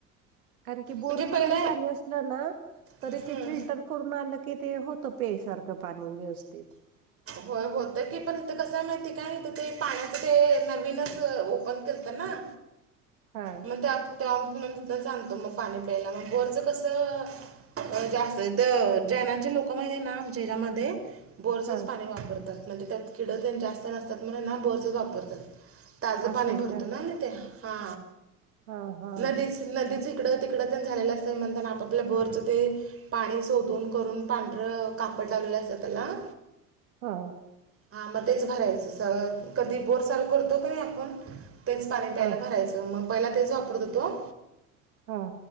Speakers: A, on the right; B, on the right.
A: कारण की बोरच
B: म्हणजे पहिले
A: जरी पाणी असलं ना तरी
B: हम्म,
A: ते फिल्टर करून आलं की ते होत पेयासारखं पाणी व्यवस्थित
B: हो होतं की पण ईथ कस माहिती काय नाही तर ते पाण्याच ते नवीनच ओपन केलत ना
A: हा
B: मग त्या मग तिथनच आणतो मग पाणी प्यायला मग बोरचं कसं अ जास्त जैनांचे लोक माहिती आहे ना आमच्या हच्यामध्ये बोर्सच
A: हा
B: पाणी वापरतात म्हणजे त्यात किडं त्यांत जास्त नसतात म्हणून ना बोर्सच वापरतात ताजं
A: असं
B: पाणी
A: आहे
B: भरतो
A: का
B: ना आम्ह ते हा
A: हा हा
B: नदीच नदीच हिकडं तिकडं झालेलं असतं म्हणताना आपापल्या बोअरचं ते पाणी शोधून करून पांढरं कापड लावलेलं असतय त्याला
A: हा
B: हा मग तेच भरायचं स कधी बोर चालू करतो का नाही आपण तेच पाणी प्यायला
A: हा
B: भरायचं मग पहिला तेच वापरत हो तो
A: हां